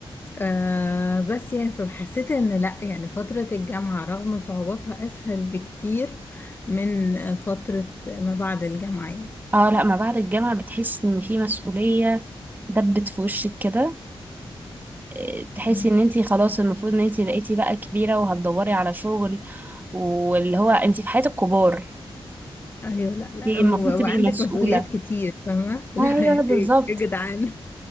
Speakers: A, on the left (about 20°); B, on the right (about 20°).
A: آه بس يعني فحسيت ان لا يعني فترة الجامعة رغم صعوباتها اسهل بكتير من فترة ما بعد الجامعة يعني
B: اه لا ما بعد الجامعة بتحسي ان في مسؤولية دبت في وشك كده إيه، تحسي
A: مم.
B: ان انتي خلاص المفروض ان انتي بقيتي بقى كبيرة وهتدوري على شغل واللي هو انتي في حياة الكبار
A: ايوه لا لا
B: انتي
A: هو-
B: المفروض تبقي
A: وعندك
B: مسؤولة
A: مسؤوليات كتير فاهمة <laughs> لا
B: ايوه
A: ايه
B: بالظبط
A: يا جدعان